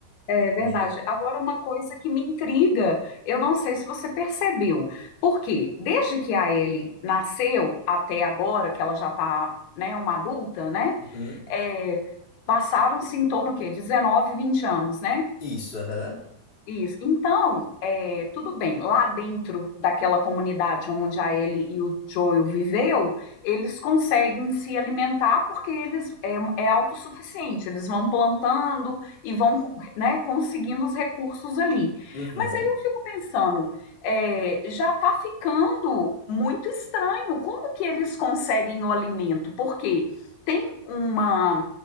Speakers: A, on the left; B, on the left.
A: é
B: E-
A: verdade. Agora, uma coisa que me intriga, eu não sei se você percebeu, porque desde que a Ellie nasceu até agora, que ela já está, né, uma adulta, né?
B: Uhum.
A: é, passaram-se em torno o quê? 19, 20 anos, né?
B: Isso, aham.
A: Isso. Então, é, tudo bem, lá dentro daquela comunidade onde a Ellie e o Joel viveu, eles conseguem se alimentar porque eles é, é autossuficiente, eles vão plantando e vão, né, conseguindo os recursos ali.
B: Uhum.
A: Mas aí eu fico pensando, é, já está ficando muito estranho, como que eles conseguem o alimento? Porque tem uma